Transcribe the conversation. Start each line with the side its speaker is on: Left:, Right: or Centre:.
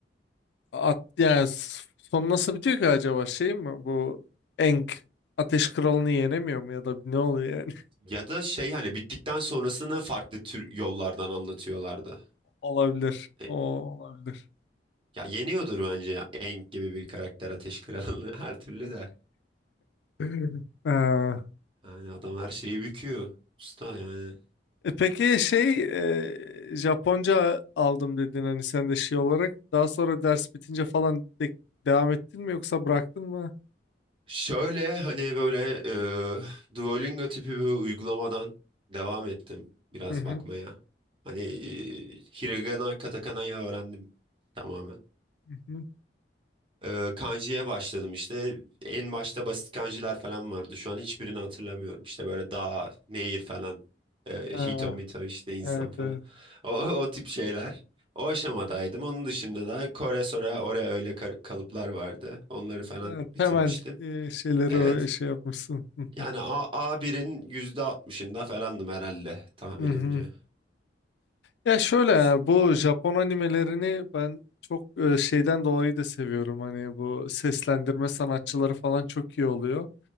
Left: At, yani s- son nasıl bitiyor ki acaba şey mi bu Eng Ateş Kralı'nı yenemiyor mu ya da ne oluyor yani?
Right: Ya da şey hani bittikten sonrasını farklı tür yollardan anlatıyorlardı.
Left: <laughs> Olabilir.
Right: E,
Left: O olabilir.
Right: Ya yeniyordur bence ya. Aang gibi bir karakter Ateş Kralı'nı <laughs> her türlü de.
Left: <laughs> Ee,
Right: Yani adam her şeyi büküyor. Usta yani.
Left: e peki şey e, Japonca aldım dedin hani sen de şey olarak daha sonra ders bitince falan de- devam ettin mi yoksa bıraktın mı?
Right: Şöyle hani böyle e, Duolingo tipi bir uygulamadan devam ettim biraz
Left: Hı hı.
Right: bakmaya. Hani e, Hiragana, Katakana'yı öğrendim tamamen.
Left: hı hı.
Right: E, kanji'ye başladım işte. En başta basit kanjiler falan vardı. Şu an hiçbirini hatırlamıyorum. İşte böyle dağ, nehir falan. E,
Left: Ee,
Right: hito mito işte insan
Left: evet,
Right: falan.
Left: evet.
Right: O, o tip şeyler. O aşamadaydım. Onun dışında da Kore, Sora, Ore öyle kar- kalıplar vardı. Onları falan
Left: Ya,
Right: bitirmiştim.
Left: temel e, şeyleri
Right: Evet.
Left: o- şey yapmışsın. Hı
Right: Yani
Left: hı.
Right: A, A1'in %60'ında falandım herhalde tahminimce.
Left: Hı hı. Ya şöyle ya,
Right: S-
Left: bu Japon animelerini ben çok e, şeyden dolayı da seviyorum. Hani bu seslendirme sanatçıları falan çok iyi oluyor.